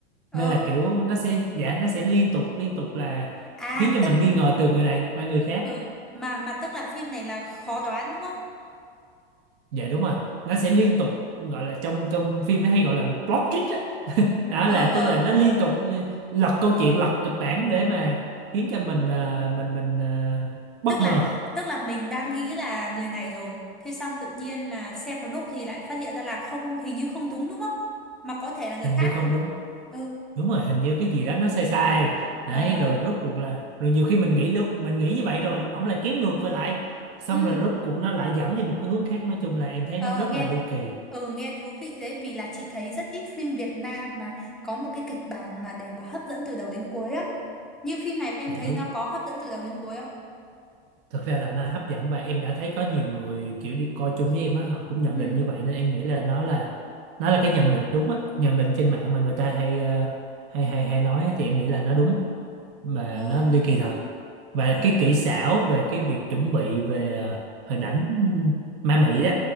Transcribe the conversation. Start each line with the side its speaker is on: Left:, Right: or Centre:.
Centre: Ờ,
Right: nên là kiểu nó sẽ dạ nó sẽ liên tục liên tục là
Centre: à
Right: khiến cho mình
Centre: tức
Right: nghi ngờ từ người này qua người khác
Centre: ừ mà mà tức là phim này là khó đoán đúng không?
Right: dạ đúng rồi nó sẽ liên tục gọi là trong trong phim ấy hay gọi là plot twist á đó.
Centre: Ờ
Right: là
Centre: ờ
Right: tức là nó
Centre: ờ.
Right: liên tục li- lật câu chuyện lật kịch bản để mà khiến cho mình ờ, mình mình ờ, bất
Centre: tức
Right: ngờ
Centre: là tức là mình đang nghĩ là người này rồi thế xong tự nhiên là xem một lúc thì lại phát hiện ra là không hình như không đúng đúng không mà có thể là người
Right: hình
Centre: khác
Right: như không
Centre: đúng không
Right: đúng
Centre: ừ
Right: đúng rồi hình như cái gì đó nó sai sai đấy
Centre: ờ
Right: rồi rốt cuộc là rồi nhiều khi mình nghĩ lúc mình nghĩ như vậy rồi ổng lại kéo ngược về lại xong
Centre: ừ
Right: rồi rốt cuộc nó lại dẫn đi một cái hướng khác nói chung là em thấy
Centre: ờ
Right: nó rất
Centre: nghe
Right: là ly kỳ
Centre: ừ nghe thú vị đấy vì là chị thấy rất ít phim Việt Nam mà có một cái kịch bản mà để mà hấp dẫn từ đầu đến cuối á như phim này em
Right: dạ
Centre: thấy
Right: đúng
Centre: nó có hấp dẫn từ đầu đến cuối không
Right: thực ra là nó hấp dẫn và em đã thấy có nhiều người kiểu đi coi chung với em á họ cũng nhận
Centre: ừ
Right: định như vậy nên em nghĩ là nó là nó là cái nhận định đúng á nhận định trên mạng mà người ta hay ờ, hay hay hay nói á, thì em nghĩ là nó đúng và
Centre: ờ
Right: nó ly kỳ thật và
Centre: ờ
Right: cái kỹ xảo về cái việc chuẩn bị về ờ, hình ảnh ừ, ma mị đó